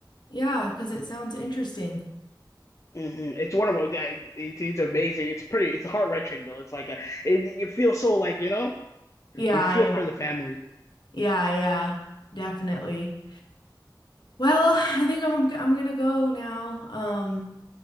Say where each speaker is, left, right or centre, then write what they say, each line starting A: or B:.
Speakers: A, on the left; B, on the left.
A: Yeah, because it sounds interesting.
B: hmm It's one of my. It's, it's amazing. It's pretty. It's heart wrenching though. It's like a, it, you feel so like you know.
A: Yeah,
B: You feel
A: yeah.
B: for the family.
A: Yeah, yeah. Definitely. Well, I think I'm I'm gonna go now. Um,